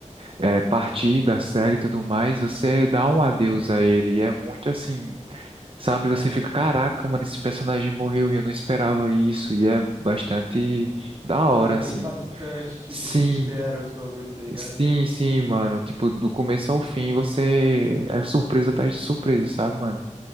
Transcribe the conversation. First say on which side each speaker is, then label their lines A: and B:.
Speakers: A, on the right; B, on the right.
A: é, partida, série e tudo mais, você dá um adeus a ele. E é muito assim, sabe? Você fica, caraca, mano, esse personagem morreu e eu não esperava isso. E é bastante da hora,
B: Ah, é bem
A: assim.
B: impactante, tipo,
A: Sim,
B: você não espera os bagulhos, tá ligado?
A: sim, sim, mano. Tipo, do começo ao fim, você é surpresa atrás de surpresa, sabe, mano?